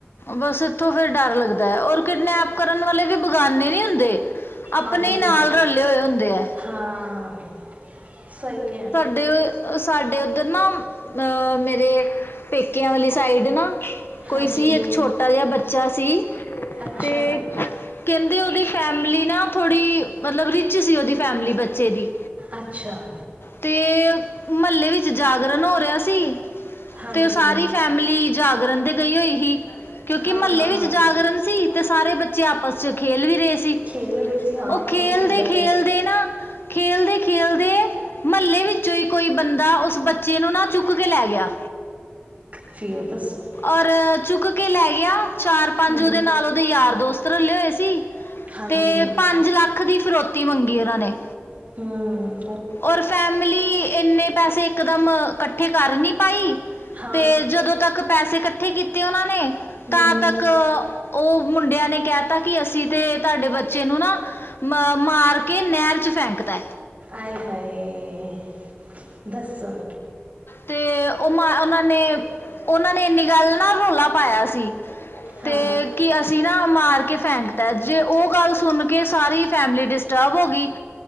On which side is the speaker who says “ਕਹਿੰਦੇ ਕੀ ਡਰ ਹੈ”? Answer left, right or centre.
Right